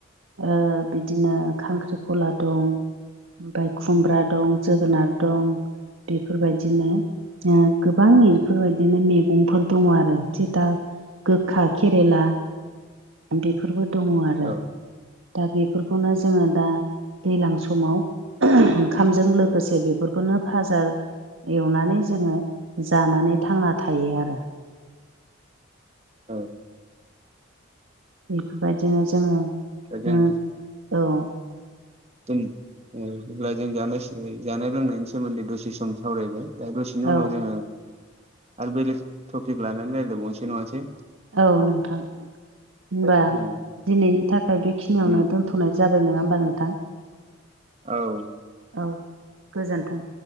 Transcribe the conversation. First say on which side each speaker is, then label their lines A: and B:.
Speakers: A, on the right; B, on the right.
A: ओ बिदिनो खांख्रि खला दं ओमफ्राय खुमब्रा दं जोगोनार दं बेफोरबायदिनो ओं गोबां
B: औ
A: इफोरबायदिनो मैगंफोर दङ आरो थिग दा गोखा खेरेला बेफोरबो दङ आरो।
B: औ
A: दा बेफोरखौनो जोङो दा दैज्लां समाव ओंखामजों लोगोसे बेफोरखौनो भाजा एवनानै जोङो जानानै थांना थायो आरो।
B: औ।
A: बेफोरबायदिनो जोङो
B: दा जों
A: ओ औ।
B: जों ओ अब्ला जानाय जानाय लोंनायनि सोमोन्दै दसे सम सावरायबाय दा दसेनि
A: औ
B: उनाव जोङो आरो बेलेक टपिक लानानै रायज्लायबावनोसै नङासै।
A: औ नोंथां होनबा
B: उम
A: दिनैनि थाखाय बेखिनियावनो
B: उम
A: दोन दोनथ'नाय जाबाय नङा होमबा नोंथां।
B: औ।
A: औ गोजोन्थों।